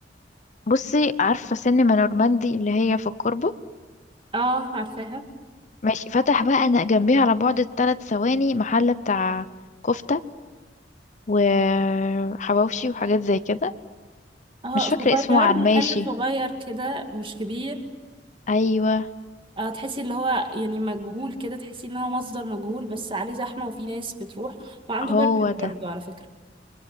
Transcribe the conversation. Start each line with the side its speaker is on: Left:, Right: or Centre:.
Left: بصي عارفة سينما نورماندي اللي هي في الكوربة
Right: اه عارفاها
Left: ماشي فتح بقى أنا جنبيها على بعد ثلاث ثواني محل بتاع كفتة وحواوشي وحاجات زي كده
Right: اه
Left: مش
Right: صغير
Left: فاكرة اسمه على الماشي
Right: محل صغير كده مش كبير
Left: أيوة
Right: اه تحسي اللي هو يعني مجهول كده تحسي ان هو مصدر مجهول بس عليه زحمة وفي ناس بتروح وعنده
Left: هو
Right: برجر
Left: ده
Right: برضه على فكرة